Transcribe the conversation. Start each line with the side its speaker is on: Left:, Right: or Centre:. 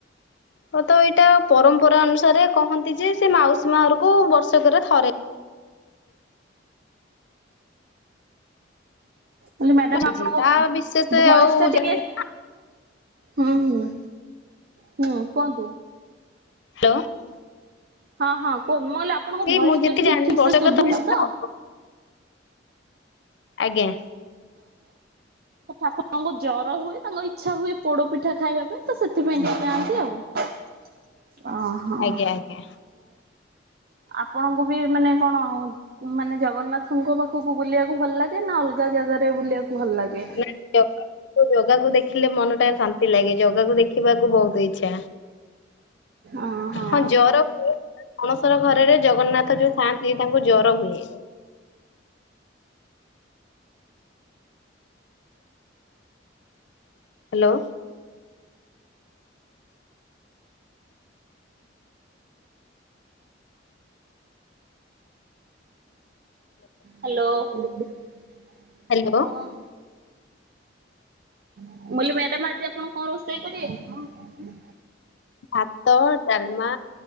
Left: ମ ତ ଏଇଟା ପରମ୍ପରା ଅନୁସାରେ କହନ୍ତି ଯେ ସେ ମାଉସୀ ମା ଘରକୁ ବର୍ଷକରେ ଥରେ
Right: କହିଲି ମ୍ୟାଡାମ
Left: ବୁଝିଚି
Right: ଆପଣଙ୍କ
Left: ତା ବିଶେଷ
Right: ଭଏସ
Left: ଆଉ
Right: ଟା ଟିକେ
Left: ଜାଣିନି
Right: ହୁଁ ହୁଁ ହୁଁ କୁହନ୍ତୁ।
Left: ହ୍ୟାଲୋ।
Right: ହଁ ହଁ କୁହନ୍ତ ମୁଁ କହିଲି ଆପଣଙ୍କ ଭଏସଟା
Left: ମୁଁ ଯେତେ
Right: ଟିକେ
Left: ଜାଣିଲି
Right: ଠିକ
Left: ବର୍ଷକ
Right: ସେ ଶୁଭୁନି
Left: ଥରେ ସେଟା
Right: ତ।
Left: ଆଜ୍ଞା।
Right: ଠାକୁରଙ୍କୁ ଜର ହୁଏ ତାଙ୍କ ଇଛା ହୁଏ ପୋଡ ପିଠା ଖାଇବା ପାଇଁ ତ ସେଥିପାଇଁ ଟିକେ ଯାଆନ୍ତି ଆଉ। ଓ ହୋ।
Left: ଆଜ୍ଞା ଆଜ୍ଞା।
Right: ଆପଣଙ୍କୁ ବି ମାନେ କଣ ମାନେ ଜଗନ୍ନାଥଙ୍କ ପାଖକୁ ବୁଲିବାକୁ ଭଲ ଲାଗେ ନା ଅଲଗା ଜାଗାରେ ବୁଲିବାକୁ? ଭଲ ଲାଗେ?
Left: ନା ଜଗାକୁ ଦେଖିଲେ ମନ ଟା ଶାନ୍ତି ସି ଲାଗେ ଜଗାକୁ ଦେଖିବାକୁ ବହୁତ ଇଚ୍ଛା।
Right: ଓହୋ।
Left: ହଁ ଜର ଅଣସର ଘରରେ ଜଗନ୍ନାଥ ଯୋଉ ଖାନ୍ତି ସେ ତାଙ୍କୁ ଜର ହୁଏ। ହ୍ୟାଲୋ।
Right: ହ୍ୟାଲୋ ହଁ।
Left: ହ୍ୟାଲୋ
Right: ମୁ କହିଲି ମ୍ୟାଡାମ ଆଜି ଆପଣ କଣ ରୋଷେଇ କରିବେ?
Left: ଭାତ ଡାଲମା